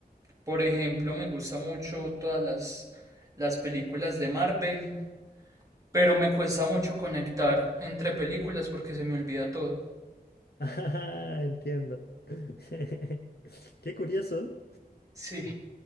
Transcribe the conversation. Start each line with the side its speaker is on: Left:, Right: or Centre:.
Right: Por ejemplo, me gusta mucho todas las, las películas de Marvel, pero me cuesta mucho conectar entre películas porque se me olvida todo.
Left: Ah, entiendo. <laughs> Qué curioso.
Right: Sí,